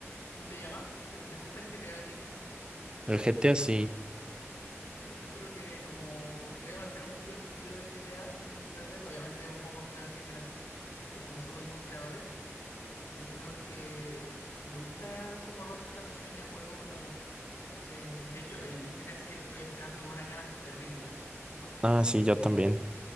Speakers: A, on the left; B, on the right.
A: No te llama, pero te gusta el GTA a a ti.
B: El GTA sí.
A: Yo creo que como debe mantener un poco el estilo de GTA, el Red Dead, obviamente es un juego completamente diferente, pero como son los mismos creadores. Yo creo que me gusta cómo Rockstar diseña juegos, en verdad. Eh, de hecho, el GTA 6 lo estoy esperando con unas ganas terribles. ¿Y tú?
B: Ah, sí, yo también.